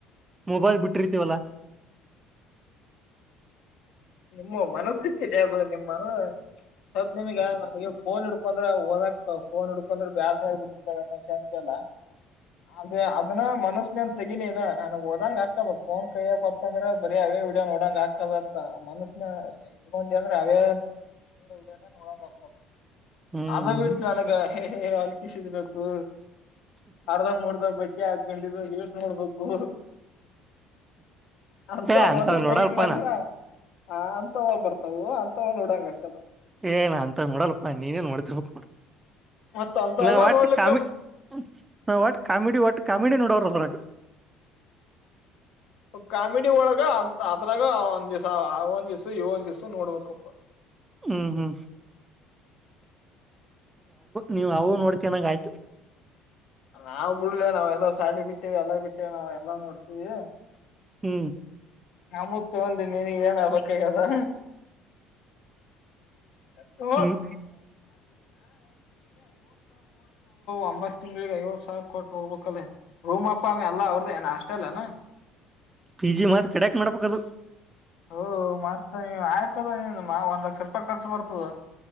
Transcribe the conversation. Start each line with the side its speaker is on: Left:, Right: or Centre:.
Right: ಮೊಬೈಲ್ ಬಿಟ್ಟಿರ್ತಿವಲ್ಲ
Left: <unintelligible> ಮಾತ್ ನಿಮ್ಗೆ ನನಗೆ ಫೋನ್ ಹಿಡ್ಕೊಂಡ್ರೆಓದಾಕ್ ಫೋನ್ ಹಿಡ್ಕೊಂಡ್ರೆ ಬೇಸರ ಆಗಿ ಬಿಡತೈತಿಲ್ಲ ಬಿಡ್ತ ಅನ್ನ ಶಾಂತಲ್ಲ
Right: <inaudible>
Left: ಅದೇ ಅದನ್ನ ಮನಸಿಂದ ತೆಗಿ ನೀನು ನಾನು ಹೋದಂಗ್ ಹಾಕಬೇಕು ಫೋನ್ ಕೈಯಲ್ಲಿ ಬಂತಂದ್ರೆ ಬರೆ ಹವೆ ವಿಡಿಯೋ ನೋಡಂಗ್ ಆಗುತ್ತೆ ಮನಸಿನಲ್ಲಿ ಇಟ್ಕೊಂಡ್ರೆ ಅದೇ ವಿಡಿಯೋ ನೋಡಂಗ್ ಆಗುತ್ತೆ
Right: ಹ್ಮ್
Left: ಅದುನ್ ಬಿಟ್ಟು ನನಗೆ ಹೇ ಹೇ ಹಲ್ಕಿಸಿದಬೇಕು ಅರ್ಧ ಮೂರ್ಧ ಬಿಟ್ಟು ಅಂಗೆ ಹಾಕ್ಕೊಂಡಿರೋದು ರಿಲ್ಸ್ ನೋಡಬೇಕು ಅರ್ಧ
Right: ಏ ಅಂತವ್
Left: ಮನಸ್ಸಿನಲ್ಲಿ
Right: ನೋಡಲ್ಪಾ
Left: ಇಟ್ಕೊಂಡ
Right: ನಾ
Left: ಆ ಅಂತವು ಬರ್ತವೆ ಅಂತವು ನೋಡಂಗ್ ಆಗುತ್ತೆ
Right: ಏ ನ ಅಂತ ನೋಡಲ್ಲಪ್ಪ ನೀವೇ ನೋಡುತ್ತಿರಬೇಕು
Left: ಮತ್ತ ಅಂತವೆಲ್ಲ
Right: ನಾ ಒಟ್ಟ
Left: ನೋಡ್ಲಿಕ್ಕ
Right: ಕಾಮಿ ನಾವು ಒಟ್ಟ ಕಾಮಿಡಿ ಒಟ್ಟು ಕಾಮಿಡಿ ನೋಡೋರು ಅದ್ರಾಗೆ
Left: ಕಾಮಿಡಿ ಒಳಗ ಅದ್ರಾಗ ಒಂದ ದಿವ್ಸ ಆ ಒಂದ್ ದಿವ್ಸ ಈ ಒಂದು ದಿವ್ಸ ನೋಡ್ಬೇಕಪ್ಪ
Right: ಹು ಹೂ ನೀವು ಅದು ನೋಡ್ತೀಯ ಅನ್ನಂಗಾಯ್ತು
Left: ನಾವವು ಬಿಡುಲೇ ನಾವ್ ಎಲ್ಲಾ ಶಾಲಿ ಬಿಟ್ಟೇ ಎಲ್ಲ ಬಿಟ್ಟೇ ನಾವ್ ಎಲ್ಲ ನೋಡ್ತಿವಿ
Right: ಹೂ
Left: ನಮುದ್ ತಗೊಂಡ್ ನಿಮಗೇನಾಗಬೇಕಾಗದೆ <unintelligible>
Right: ಹ್ಮ್
Left: ಒಂಬತ್ತು ತಿಂಗಳಿಗೆ ಹೈವತು ಸಾವಿರ ಕೊಟ್ಟು ಹೋಗಬೇಕಲೇ ರೂಮು ಪಾಮ ಎಲ್ಲಾ ಅವರ್ ದೇನಾ ನಾಷ್ಟಲ್ವೇನು
Right: ಪಿಜಿ ಮಾಡ್ ಖಡಕ್ ಮಾಡಬೇಕು ಅದು
Left: <unintelligible>